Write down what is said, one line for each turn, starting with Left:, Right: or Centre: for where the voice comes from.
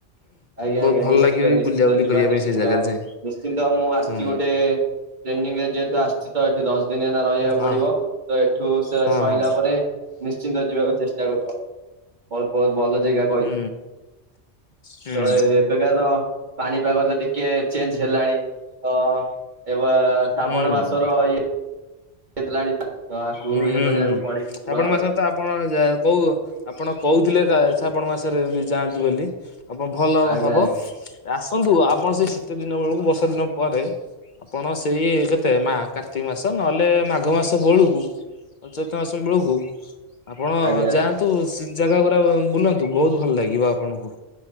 Right: ଆଜ୍ଞା
Left: ବହୁତ
Right: ଆଜ୍ଞା
Left: ଭଲ
Right: ନିଶ୍ଚିନ୍ତ
Left: ଲାଗିବ ବି
Right: ନିଶ୍ଚିନ୍ତ
Left: ବୁଲାବୁଲି
Right: ଯିବା
Left: କରିବା
Right: ନିଶ୍ଚିନ୍ତ
Left: ପାଇଁ ସେ ଜାଗାରେ ଯାଇ।
Right: ନିଶ୍ଚିନ୍ତ ମୁଁ ଆସିଛି
Left: ହୁଁ
Right: ଗୋଟେ ଟ୍ରେନିଂରେ ଯେହେତୁ ଆସିଛି ତ ଏଠି ଦଶ ଦିନ ଏଇନା ରହିଆକୁ
Left: ହଁ
Right: ପଡିବ ତ ଏଠୁ ସେ
Left: ହଁ
Right: ସଇଲା
Left: ହଁ
Right: ପରେ ନିଶ୍ଚିନ୍ତ ଯିବାକୁ ଚେଷ୍ଟା କରିବ ବହୁତ ବହୁତ ଭଲ ଜେଗା
Left: ହୁଁ। ହୁଁ
Right: ତ ଏବେକା ତ ପାଣିପାଗ ତ ଟିକେ ଚେଞ୍ଜ ହେଲାଣି ତ ଏବା ଶ୍ରାବଣ
Left: ହୁଁ
Right: ମାସର
Left: ହୁଁ।
Right: ଇଏ <unintelligible> ତ ଆକୁ
Left: ହୁଁ
Right: ଇଏ
Left: ହୁଁ
Right: କରିବାକୁ
Left: ହୁଁ
Right: ପଡିକି ଯିବ
Left: ଶ୍ରାବଣ
Right: ଆଉ।
Left: ମାସ ତ ଆପଣ ଯା କଉ ଆପଣ କଉଥିଲେ ତା ଶ୍ରାବଣ ମାସରେ ଏମତି ଯାଆନ୍ତି ବୋଲି। ଆପଣ ଭଲ ହବ
Right: ଆଜ୍ଞା
Left: ହବ
Right: ଆଜ୍ଞା
Left: ଆସନ୍ତୁ ଆପଣ ସେଇ ଶୀତ ଦିନ ବେଳକୁ ବର୍ଷା ଦିନ ପରେ। ଆପଣ ସେଇ କେତେ ମା କାର୍ତ୍ତିକ ମାସ ନହେଲେ ମାଘ ମାସ ବେଳୁକୁ <unintelligible> ମାସ ବେଳକୁ ଆପଣ
Right: ଆଜ୍ଞା ଆଜ୍ଞା
Left: ଯାଆ କୁ ସେ ଜାଗା ଗୁରା ବୁଲନ୍ତୁ ବହୁତ ଭଲ ଲାଗିବ ଆପଣଙ୍କୁ।